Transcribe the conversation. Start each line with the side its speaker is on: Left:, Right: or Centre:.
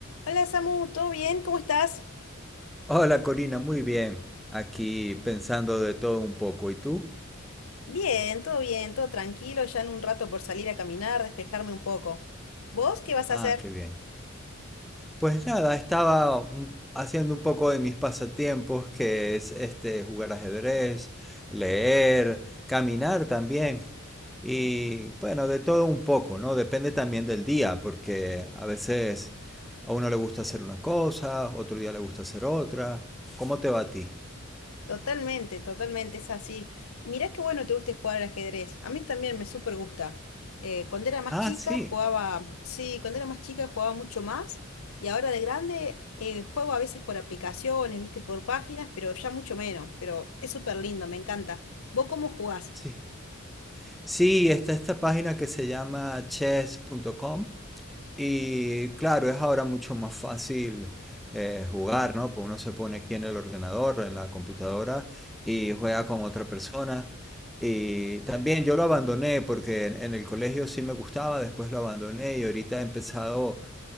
Left: Hola Samu, ¿todo bien? ¿Cómo estás?
Centre: Hola Corina, muy bien. Aquí pensando de todo un poco. ¿Y tú?
Left: Bien, todo bien, todo tranquilo, ya en un rato por salir a caminar, despejarme un poco. ¿Vos qué vas a
Centre: Ah,
Left: hacer?
Centre: qué bien. Pues nada, estaba un- haciendo un poco de mis pasatiempos, que es este jugar ajedrez, leer, caminar también. Y bueno, de todo un poco, ¿no? Depende también del día, porque a veces a uno le gusta hacer una cosa, otro día le gusta hacer otra. ¿Cómo te va a ti?
Left: Totalmente, totalmente, es así. Mirá qué bueno te guste jugar al ajedrez. A mí también me súper gusta. Eh, cuando era más
Centre: Ah,
Left: chica
Centre: sí,
Left: jugaba, sí, cuando era más chica jugaba mucho más y ahora de grande eh, juego a veces por aplicaciones, viste, por páginas, pero ya mucho menos. Pero es súper lindo, me encanta. ¿Vos cómo jugás?
Centre: sí. Sí, está esta página que se llama chess.com Y claro, es ahora mucho más fácil eh, jugar, ¿no? Pues uno se pone aquí en el ordenador, en la computadora, y juega con otra persona. Y también yo lo abandoné porque en, en el colegio sí me gustaba, después lo abandoné y ahorita he empezado